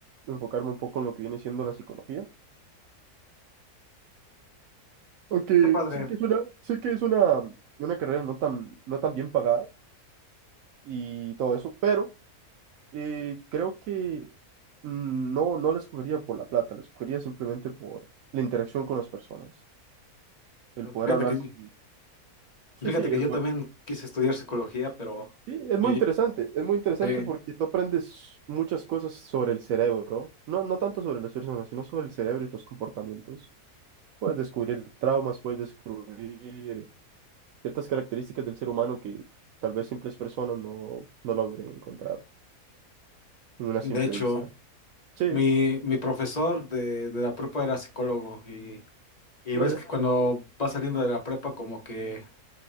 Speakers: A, on the right; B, on the left.
A: enfocarme un poco en lo que viene siendo la psicología Aunque
B: Qué padre.
A: sé que es una, sé que es una, una carrera no tan, no tan bien pagada y todo eso, pero eh, creo que mm, no, no la escogería por la plata, la escogería simplemente por la interacción con las personas, el poder
B: Fíjate
A: hablar
B: que,
A: con...
B: fíjate
A: Sí, sí, el
B: que yo
A: poder-
B: también quise estudiar psicología, pero
A: sí, es muy
B: me lle-
A: interesante, es muy interesante
B: sí,
A: porque tú aprendes muchas cosas sobre el cerebro, no, no tanto sobre las personas, sino sobre el cerebro y los comportamientos. Puedes descubrir traumas, puedes descubrir ciertas características del ser humano que tal vez simples personas no, no logren encontrar en una
B: de
A: simple
B: hecho,
A: vista. Sí,
B: mi, mi profesor de, de la prepa era psicólogo y, y
A: ya,
B: ves
A: ya,
B: que cuando vas saliendo de la prepa como que,